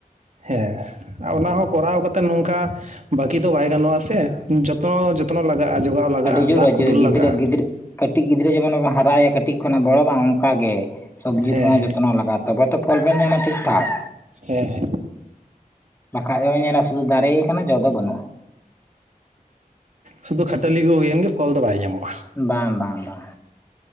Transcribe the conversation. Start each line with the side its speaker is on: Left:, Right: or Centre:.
Right: ᱦᱮᱸ ᱚᱱᱟ ᱦᱚᱸ ᱠᱚᱨᱟᱣ ᱠᱟᱛᱮᱜ ᱱᱚᱝᱠᱟ ᱵᱟᱠᱤ ᱫᱚ ᱵᱟᱭ ᱜᱟᱱᱚᱜᱼᱟ ᱥᱮ ᱡᱚᱛᱚ ᱡᱚ ᱛᱱᱚᱱᱚ ᱞᱟᱜᱼᱟ, ᱡᱚᱜᱟᱣ ᱞᱟᱜᱟᱜᱼᱟ
Left: ᱟᱹᱰᱤ ᱡᱳᱨ
Right: ᱫᱟᱜ ᱠᱚ
Left: ᱜᱤᱫᱽᱨᱟᱹ
Right: ᱫᱩᱞ ᱞᱟᱜᱟᱜᱼᱟ᱾
Left: ᱜᱤᱫᱽᱨᱟᱹ ᱠᱟᱹᱴᱤᱡ ᱜᱤᱫᱽᱨᱟᱹ ᱡᱮᱢᱚᱱᱵᱚᱱ ᱦᱟᱨᱟᱭᱮᱭᱟ ᱠᱟᱹᱴᱤᱡ ᱠᱷᱚᱱᱟᱜ ᱜᱚᱲᱚᱟ ᱚᱱᱠᱟ ᱜᱮ ᱥᱚᱵᱡᱤ
Right: ᱦᱮᱸ
Left: ᱠᱚᱦᱚᱸ
Right: ᱦᱮᱸ
Left: ᱡᱚᱛᱱᱚ ᱞᱟᱜᱟᱜᱼᱟ ᱛᱚᱵᱮ ᱛᱚ ᱯᱷᱚᱞ ᱵᱮᱱ ᱧᱟᱢᱟ ᱴᱷᱤᱠ ᱴᱷᱟᱠ᱾
Right: ᱦᱮᱸ ᱦᱮᱸ
Left: ᱵᱟᱠᱷᱟᱡᱭ ᱧᱮᱞᱟ ᱥᱩᱫᱩ ᱫᱟᱨᱮ ᱠᱟᱱᱟ ᱡᱚ ᱫᱚ ᱵᱟᱹᱱᱩᱜᱼᱟ᱾
Right: ᱥᱩᱫᱩ ᱠᱷᱟᱹᱴᱟᱹᱞᱤ ᱜᱩ ᱦᱩᱭᱮᱱ ᱜᱮ ᱯᱷᱚᱞ ᱫᱚ ᱵᱟᱭ ᱧᱟᱢᱚᱜᱼᱟ᱾
Left: ᱵᱟᱝ ᱵᱟᱝ ᱵᱟᱝ